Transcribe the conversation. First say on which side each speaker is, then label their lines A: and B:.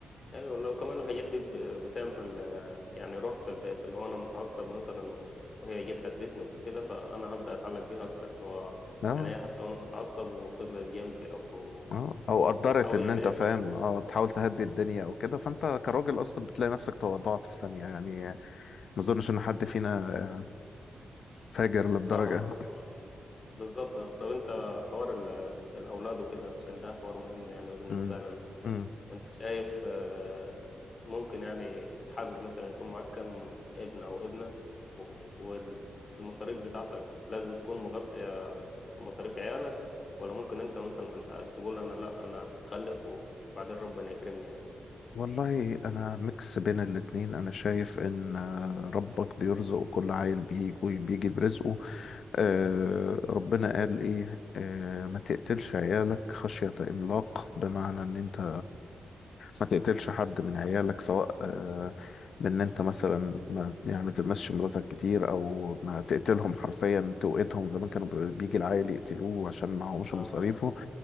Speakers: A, on the left (about 40°); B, on the left (about 70°).
A: ايوه والله وكمان الحاجات دي ب- بتعمل آه، يعني روح في البيت اللي هو انا متعصب مثلا و- وهي جت هدتني وكده فانا هبدا اتعلق بيها اكتر اللي هو
B: اه
A: يعني هي حتى وانا متعصب وفضلت جنبي او
B: اه او
A: او بتحاول
B: قدرت ان
A: يعني
B: انت
A: ايه
B: فاهم
A: اللي هو
B: اه بتحاول تهدي الدنيا او كده فانت كراجل اصلا بتلاقي نفسك تواضعت في ثانيه يعني ما اظنش ان حد فينا آه، فاجر للدرجه
A: لا حصل بالظبط آه. طب انت حوار ال- الاولاد وكده عشان ده حوار مهم يعني بالنسبه
B: امم
A: لنا
B: امم
A: انت شايف آه، ممكن يعني حابب مثلا يكون معاك كم ابن او ابنه والمصاريف بتاعتك لازم تكون مغطية مصاريف عيالك ولا ممكن انت مثلا انت تقول انا لا انا هخلف وبعدين ربنا يكرمني يعني
B: والله انا ميكس بين الاتنين انا شايف ان آه، ربك بيرزق كل عيل بيجي وبيجي برزقه آه ربنا قال ايه آه ما تقتلش عيالك خشية املاق بمعنى ان انت ما تقتلش حد من عيالك سواء آه بان انت مثلا ما يعني ما تلمسش مراتك كتير او ما تقتلهم حرفيا توقدهم زمان كانوا بيجي العائل يقتلوه عشان معهوش
A: اه
B: مصاريفه
A: فعلا